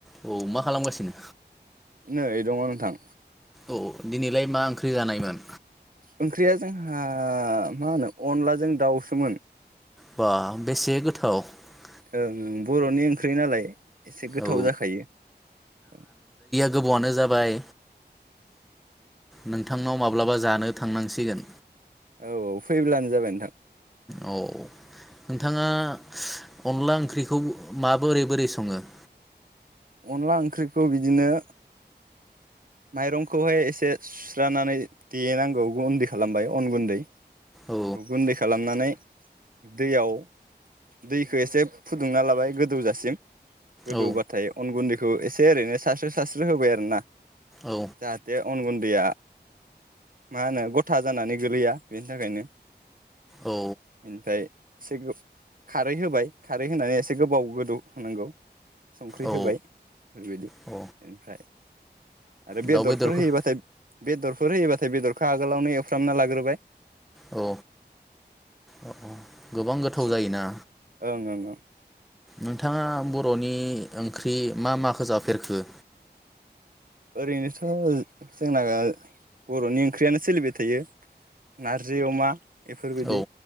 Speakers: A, in the centre; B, on the right.
A: औ मा खालामगासिनो?
B: नै दङ नोंथां।
A: औ दिनैलाय मा ओंख्रि जानायमोन।
B: ओंख्रिया जोंहा मा होनो अनलाजों दाउसोमोन।
A: बा बेसे गोथाव थ।
B: ओं बरनि ओंख्रि नालाय। एसे गोथाव
A: औ
B: जाखायो औ।
A: गोबावआनो जाबाय। नोंथांनाव माब्लाबा जानो। थांनांसिगोन
B: औ फैब्लानो जाबाय नोंथां।
A: औ नोंथाङा अनला ओंख्रिखौ माबो बओोरै बोरै सङो।
B: अनला ओंख्रिखौ बिदिनो माइरंखौहाय एसे सुस्रानानै देनांगौ गुन्दै खालामबाय अन गुन्दै। सगुन्दै
A: औ
B: खालामनानै। दैयाव दैखौ एसे फुदुंना लाबाय गोदौजासिम। गोदौबाथाय
A: औ
B: अन गुन्दैखौ। खौ एसे ओरैनो सास्रो सास्रो होबाय आरो ना।
A: औ
B: जाहाथे। अन गुन्दैया मा होनो गथा जानानै गोलैया बेनि थाखायनो।
A: औ
B: ओमफ्राय। एसे गो खारै होबाय खारै होनानै एसे गोबाव गोदौ होनांगौ। संख्रि
A: औ
B: होबाय बिदि
A: औ
B: ओमफ्राय। आरो बेदरफोर
A: दाउ बेदरखौ
B: होयोबाथाय। बेदरफोर होयोबाथाय बेदरखो आगोलावनो एवफ्रामना लाग्रोबाय।
A: औ औ गोबां गोथाव
B: सं
A: जायोना।
B: ओं ओं ओं
A: नोंथाङा बर'नि ओंख्रि मा-माखो जाफेरखो?
B: ओरैनोथ' जोंना बर'नि ओंख्रियानो सोलिबाय थायो नारजै अमा इफोरबायदि
A: औ